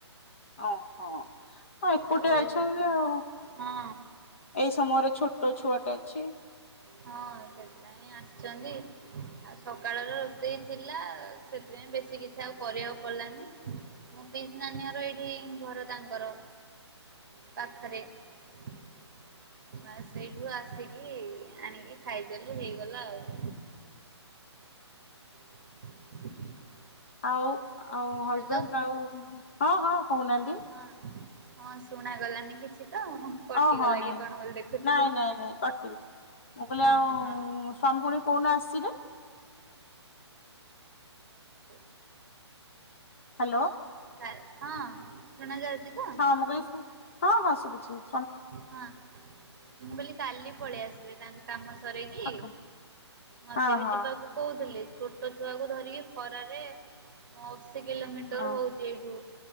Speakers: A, on the left; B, on the right.
A: ଓ ହୋ। ହଁ ଏକୁଟିେ
B: ଆଉ
A: ଅଛନ୍ତି
B: ଏ
A: ଆଉ
B: ହଁ
A: ଏଇ ସମୟରେ ଛୋଟ ଛୁଆଟା ଅଛି।
B: ହଁ ସେଥିପାଇଁ ଆସିଛନ୍ତି ଆଉ ସକାଳର ରୋଷେଇ ଥିଲା ସେଥିପାଇଁ ବେଶୀ କିଛି ଆଉ କରିବାକୁ ପଡିଲାନି ମୋ ପିସି ନାନିଆର ଏଇଠି ଘର ତାଙ୍କର। ପାଖରେ ବାସ ସେଇଠୁ ଆସିକି ଆଣିକି ଖାଇଦେଲୁ ହେଇଗଲା ଆଉ। <inaudible>
A: ଆଉ ଆଉ ହଜବେଣ୍ଡ
B: ହ୍ୟାଲୋ
A: ତାଙ୍କୁ ହଁ ହଁ କହୁ ନାହାନ୍ତି।
B: ହଁ। ହଁ ଶୁଣାଗଲାନି କିଛି। ତ ମୁଁ କଟିଗଲା
A: ଓହୋ ନାଇଁ
B: କି କଣ ବୋଲି ଦେଖୁଥିଲି।
A: ନାଇଁ ନାଇଁ ନାଇଁ କଟିନି ମୁଁ କହିଲି
B: ହଁ
A: ଆଉ
B: ହଁ
A: ସ୍ୱାମୀ ପୁଣୀ କୋଉନ ଆସିବେ।
B: ଆ
A: ହାଲୋ ।
B: ହଁ ଶୁଣା ଯାଉଛି। ତ
A: ହଁ ମୁ କାଇଲି। ହଁ ହଁ ଶୁବୁଚି ।
B: ହଁ ମୁଁ କହିଲି କାଲି ପଳେଇ ଆସିବେ ତାଙ୍କ କାମ ସରିକି
A: ଆକା
B: ମତେ
A: ହଁ
B: ବି
A: ହଁ
B: ଯିବାକୁ କହୁଥିଲେ । ଛୋଟ ଛୁଆକୁ ଧରିକି ଖରାରେ ମୁ ଆଉ କେତେ କିଲୋମିଟର
A: ହଁ
B: ହଉଛି ଏଇଠୁ